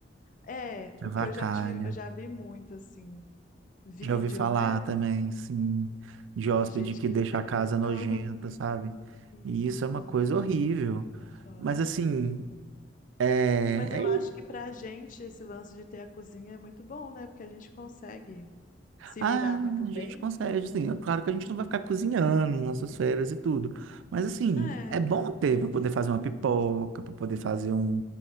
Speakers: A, on the left; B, on the right.
A: É, o
B: avacalha.
A: que eu já tinha, eu já vi muito assim, vídeo,
B: Já ouvi falar
A: né?
B: também, sim, de hóspede
A: Gente
B: que
A: que
B: deixa
A: entrega.
B: a casa nojenta,
A: aham,
B: sabe?
A: Isso,
B: E
A: deixa
B: isso é uma
A: com
B: coisa
A: livro.
B: horrível.
A: É foda.
B: Mas assim, é,
A: Mas eu
B: é isso.
A: acho que pra gente esse lance de ter a cozinha é muito bom, né? Porque a gente consegue se
B: Ah,
A: virar muito
B: a
A: bem,
B: gente consegue,
A: então,
B: assim, é claro que a gente não vai ficar cozinhando nas nossas férias e tudo. Mas assim,
A: né?
B: é bom ter para poder fazer uma pipoca, para poder fazer um,